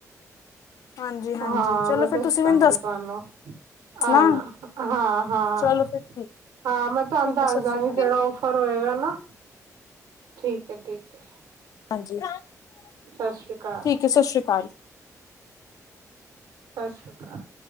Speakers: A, on the left; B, on the right.
A: ਹਾਂਜੀ ਹਾਂਜੀ
B: ਹਾਂ,
A: ਚਲੋ
B: ਮੈਂ
A: ਫਿਰ
B: ਦੱਸ
A: ਤੁਸੀਂ
B: ਦਾਂਗੀ
A: ਮੈਨੂੰ
B: ਤੁਹਾਨੂੰ ਓਕੇ
A: ਦੱਸਣਾ
B: ਆ ਨਾ ਹਾਂ, ਹਾਂ,
A: ਚਲੋ ਫਿਰ ਠੀਕ
B: ਹਾਂ ਮੈਂ ਤੁਹਾਨੂੰ
A: ਠੀਕ
B: ਦੱਸ
A: ਹੈ ਸਤਿ
B: ਦਾਂਗੀ
A: ਸ਼੍ਰੀ ਅਕਾਲ
B: ਜਿਹੜਾ ਓਫਰ ਹੋਏਗਾ ਨਾ ਠੀਕ ਹੈ, ਠੀਕ ਹੈ
A: ਹਾਂਜੀ।
B: ਸਤਿ ਸ੍ਰੀ ਅਕਾਲ
A: ਠੀਕ ਹੈ ਸਤਿ ਸ੍ਰੀ ਅਕਾਲ।
B: ਸਤਿ ਸ਼੍ਰੀ ਅਕਾਲ।